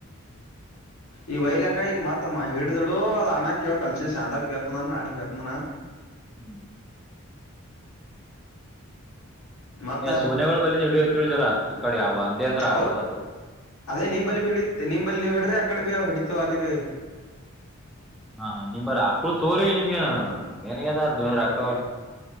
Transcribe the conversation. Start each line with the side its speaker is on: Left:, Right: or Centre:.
Left: ಈ ವೈಲಕಾಯಿ ಮಾತಮ್ಮ ಹೇಳಿಡಿದಳ ಹಡು ಅ್ ಅ್ಣ ಕ ಕಲ್ಸಿಸಿ ಶಂತೇತನ ನಳಿ ಹೇತನಾನ
Centre: ಹ್ಮ್
Left: ಮತ್ತ
Centre: ಸೋನನೆಗಳು ಬಲ್ಲಿ ನಡೋತ್ತತಿಳಿ ಜರ ಈ ಕಡೆ ಯಾವ ಒಂದೇ ಅಂದ್ರೆ ಆಗಲ್ಲ
Left: ಅವ
Centre: ಅದು ಅಷ್ಟು
Left: ಅದೇ ನಿಂಬಲ್ಲಿ ಬಿ ಹಿಡ ನಿಂಬಲ್ಲಿ ನೀ ಹ ಆಕಡ ಬ ಹಿಡಿತ ವಲಿವೆ
Centre: ಹ ಹ ನಿಮರ ಅಕ್ಳ ತೋರ್ ನಿಮಗೇನ್ ಏನಗ್ಯದ ದಕ್ಕವ